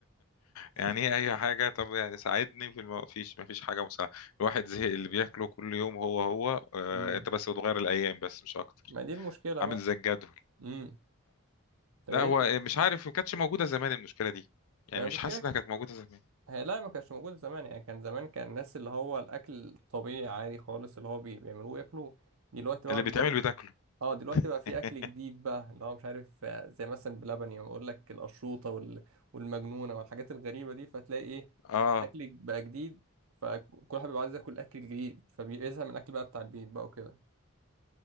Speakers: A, on the left; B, on the right.
A: يعني
B: <laughs>
A: ايه اي حاجه طب يعني ساعدني في الم... فيش مفيش حاجه مساعده الواحد زهق اللي بياكله كل يوم هو هو آه
B: امم
A: انت بس بتغير الايام بس مش اكتر
B: ما دي المشكلة
A: عامل
B: بقى
A: زي الجدول
B: امم طب
A: لا
B: ايه
A: هو
B: انت
A: مش عارف ما كانتش موجوده زمان المشكله دي يعني
B: المشكلة
A: مش حاسس انها كانت موجوده زمان
B: هي لا ما كانش موجود زمان يعني كان زمان كان الناس اللي هو الأكل الطبيعي عادي خالص اللي هو بي- بيعملوه ياكلوه دلوقتي بقى
A: اللي بيتعمل
B: بيقول لك
A: بتاكله
B: اه دلوقتي بقى في
A: <laughs>
B: اكل جديد بقى اللي هو مش عارف آه، زي مثلا بلبن يعني بقول لك القشروطه وال... والمجنونه والحاجات الغريبه دي فتلاقي ايه
A: اه
B: الاكل بقى جديد فكل واحد بيبقى عايز ياكل اكل جديد فبيزهق من الاكل بقى بتاع البيت بقى وكده